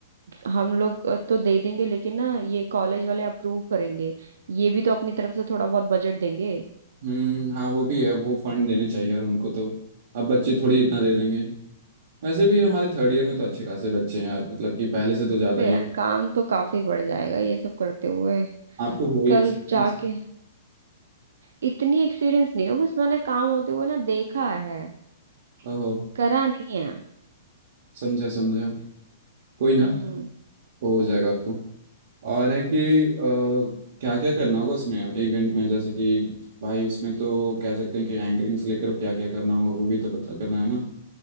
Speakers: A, on the right; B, on the right.
A: हम लोग अ, तो दे देंगे लेकिन ना ये कॉलेज वाले अप्रूव करेंगे ये भी तो अपनी तरफ से थोड़ा बहुत बजट देंगे
B: हम्म हाँ वो भी है वो फंड देने चाहिए यार उनको तो अब बच्चे थोड़ी इतना दे देंगे वैसे भी हमारे थर्ड ईयर में तो अच्छे खासे बच्चे हैं यार मतलब कि पहले से तो ज़्यादा
A: तो
B: ही
A: यार
B: हो
A: काम तो काफी बढ़ जाएगा ये सब करते हुए
B: आप तो हो ही
A: कल
B: एक्सपीरियंस
A: जाके इतनी एक्सपीरियंस नहीं हो बस मैंने काम होते हुए ना देखा है
B: ओहो
A: करा नहीं है
B: समझा समझा कोई ना
A: हम्म
B: वो हो जाएगा आपको और है कि क्या क्या करना होगा उसमें इवेंट में जैसे कि भाई उसमें तो कह सकते हैं कि एंकरिंग से लेकर क्या क्या करना होगा वो भी तो पता करना है ना